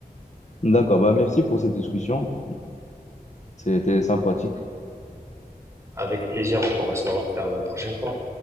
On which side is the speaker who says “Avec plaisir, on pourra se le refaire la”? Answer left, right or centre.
Right